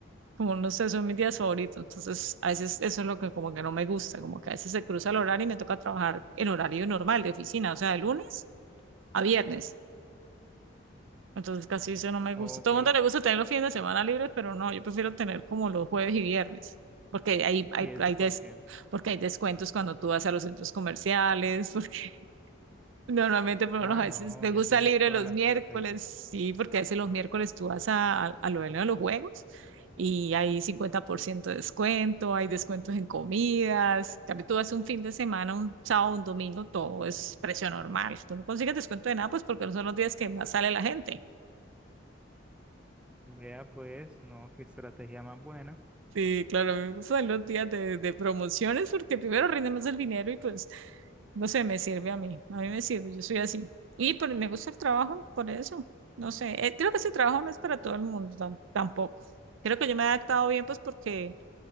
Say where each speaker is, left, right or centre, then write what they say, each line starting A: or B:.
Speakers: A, on the right; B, in the centre.
A: como no sé, son mis días favoritos. Entonces, a veces eso es lo que como que no me gusta, como que a veces se cruza el horario y me toca trabajar en horario normal de oficina, o sea, de lunes a viernes. Entonces, casi eso no me
B: Ok,
A: gusta. Todo el mundo le gusta tener los fines de semana libres, pero no, yo prefiero tener como los jueves y viernes, porque hay, hay,
B: ¿y eso
A: hay,
B: por
A: des-
B: qué?
A: porque hay descuentos cuando tú vas a los centros comerciales, <laughs> Normalmente, por lo
B: Ah,
A: menos, a
B: no,
A: veces me
B: ya
A: gusta
B: tienes
A: libre
B: toda
A: los
B: la
A: miércoles,
B: estrategia.
A: sí, porque a veces los miércoles tú vas a, a, a lo de los juegos y hay 50% de descuento, hay descuentos en comidas. En Cambio, tú vas un fin de semana, un sábado, un domingo, todo es precio normal. Tú no consigues descuento de nada, pues porque no son los días que más sale la gente.
B: Vea pues, no, qué estrategia más buena.
A: Sí, claro, A mí me gustan los días de, de promociones porque primero rinde más el dinero y pues, no sé, me sirve a mí, a mí me sirve, yo soy así. Y por, me gusta el trabajo, por eso, no sé, eh, creo que ese trabajo no es para todo el mundo tam- tampoco. Creo que yo me he adaptado bien pues porque,